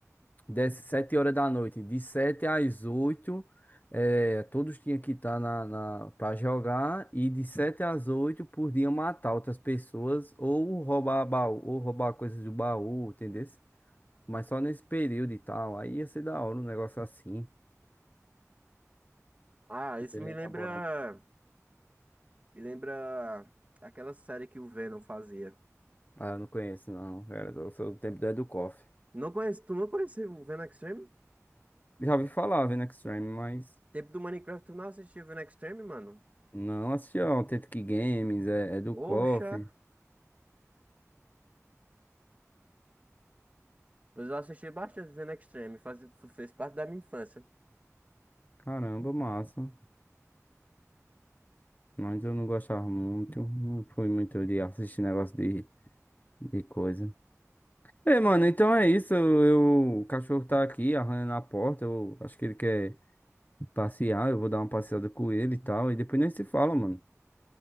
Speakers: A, on the left (about 35°); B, on the right (about 30°).
A: Desce 7 horas da noite, de 7 às 8 é, todos tinham que estar na, na, para jogar, e de 7 às 8 podiam matar outras pessoas, ou roubar baú, ou roubar coisas do baú, entendeu? Mas só nesse período e tal, aí ia ser da hora um negócio assim,
B: Ah, isso
A: bem
B: me
A: elaborado.
B: lembra. Me lembra aquela série que o Venom fazia.
A: Ah, eu não conheço, não, era eu sou do tempo do Educoff.
B: Não conhece, tu não conheceu o Venom Extreme?
A: Já ouvi falar, vendo Extreme, mas
B: Tempo do Minecraft, tu não assistiu Vivendo Extreme, mano?
A: não assisti ao Authentic Games, é, é do
B: Poxa,
A: Educoff,
B: mas eu já assisti bastante Vivendo Extreme, faz, fez parte da minha infância.
A: caramba, massa. Mas eu não gostava muito, não fui muito de assistir negócio de, de coisa. Ei, mano, então é isso. Eu, o cachorro tá aqui arranhando a porta. Eu acho que ele quer passear. Eu vou dar uma passeada com ele e tal. E depois nem se fala, mano.